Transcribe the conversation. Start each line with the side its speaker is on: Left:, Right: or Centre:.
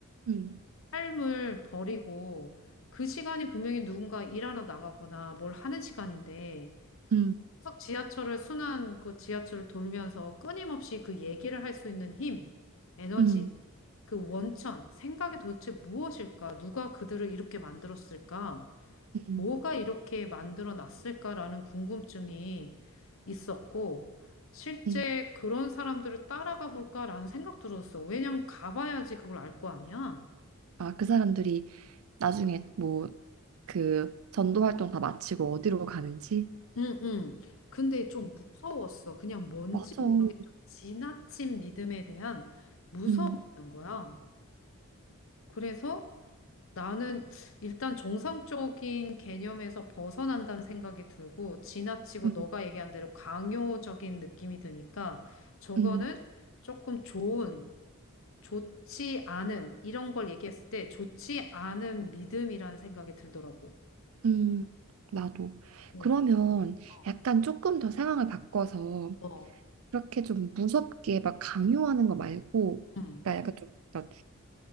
Right: 음,
Left: 삶을 버리고 그 시간이 분명히 누군가 일하러 나가거나 뭘 하는 시간인데
Right: 음,
Left: 계속 지하철을 순환 그 지하철을 돌면서 끊임없이 그 얘기를 할 수 있는 힘, 에너지,
Right: 음,
Left: 그 원천, 생각이 도대체 무엇일까? 누가 그들을 이렇게 만들었을까?
Right: 음,
Left: 뭐가 이렇게 만들어 놨을까라는 궁금증이 있었고 실제
Right: 음.
Left: 그런 사람들을 따라가 볼까라는 생각 들었어. 왜냐면 가봐야지 그걸 알 거 아니야.
Right: 아, 그 사람들이 나중에 뭐 그 전도 활동 다 마치고 어디로 가는지?
Left: 응, 응. 근데 좀 무서웠어. 그냥 뭔지
Right: 맞아.
Left: 모르게
Right: 음,
Left: 좀 지나친 믿음에 대한 무서움이
Right: 음,
Left: 있는 거야. 그래서 나는 일단 정상적인 개념에서 벗어난다는 생각이 들고 지나치고
Right: 음,
Left: 너가 얘기한 대로 강요적인 느낌이 드니까 저거는
Right: 음,
Left: 조금 좋은, 좋지 않은 이런 걸 얘기했을 때 좋지 않은 믿음이라는 생각이 들더라고.
Right: 음. 나도.
Left: 응.
Right: 그러면
Left: 어,
Right: 약간 조금 더 상황을 바꿔서
Left: 어,
Right: 그렇게 좀 무섭게 막 강요하는 거 말고,
Left: 응,
Right: 그러니까 약간 좀 약간,